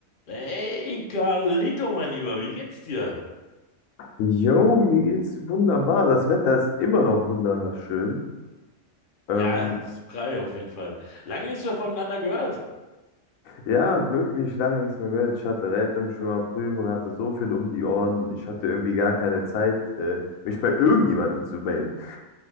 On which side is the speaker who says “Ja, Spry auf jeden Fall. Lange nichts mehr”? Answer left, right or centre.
Left